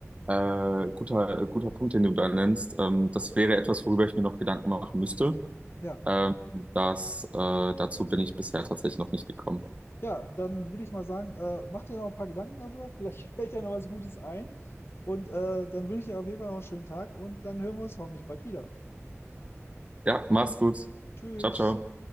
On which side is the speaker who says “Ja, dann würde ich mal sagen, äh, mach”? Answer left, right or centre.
Left